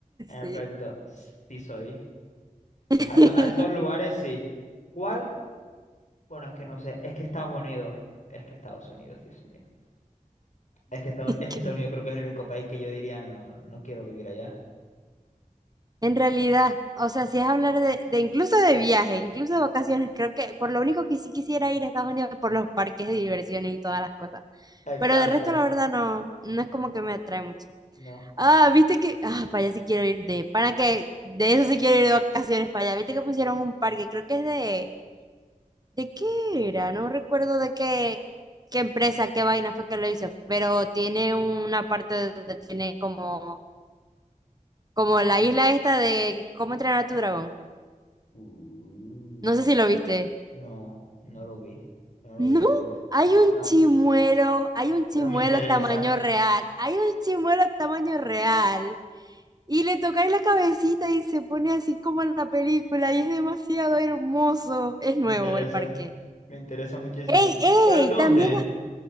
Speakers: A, on the left; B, on the right.
A: En efecto,
B: Sí.
A: sí soy.
B: <laughs>
A: A, eso- a esos lugares sí. ¿Cuál? Bueno, es que no sé. Es que Estados Unidos. Es que Estados Unidos, Dios mío. Es que Estados, es
B: Que
A: Estados Unidos creo que es el único país que yo diría, no, no quiero vivir allá.
B: En realidad, o sea, si es hablar de, de incluso de viaje, incluso de vacaciones, creo que por lo único que sí quisiera ir a Estados Unidos es por los parques de diversiones y todas las cosas.
A: Exacto.
B: Pero de resto, la verdad, no, no es como que me atrae mucho.
A: No.
B: Ah, viste que, ah, para allá sí quiero ir de, para que, de eso sí quiero ir de vacaciones para allá. Viste que pusieron un parque, creo que es de, ¿De qué era? No recuerdo de qué, qué empresa, qué vaina fue que lo hizo, pero tiene una parte donde tiene como, como la isla esta de cómo entrenar a tu dragón.
A: Uh.
B: No sé si lo viste.
A: No, no lo vi. No lo
B: No,
A: vi, pero me enteré.
B: hay un
A: No.
B: chimuelo, hay un chimuelo
A: Pero me interesa,
B: tamaño real, hay un chimuelo tamaño real. Y le toca en la cabecita y se pone así como en la película y es demasiado hermoso. Es
A: me
B: nuevo
A: interesa,
B: el parque.
A: me interesa muchísimo.
B: ¡Ey, ey!
A: ¿Pero en dónde?
B: También Es